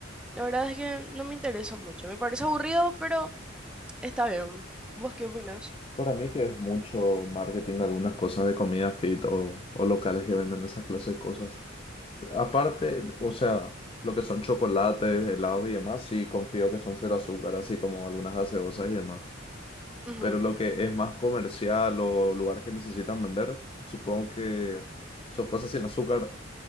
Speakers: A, in the centre; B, on the left (about 30°).
A: La verdad es que no me interesa mucho, me parece aburrido, pero está bien. ¿Vos qué opinas?
B: Para mí que es mucho marketing, algunas cosas de comida fit o, o locales que venden esa clase de cosas. Aparte, o sea, lo que son chocolates, helados y demás, sí confío que son cero azúcar, así como algunas gaseosas y demás.
A: Ujú.
B: Pero lo que es más comercial o lugares que necesitan vender, supongo que son cosas sin azúcar,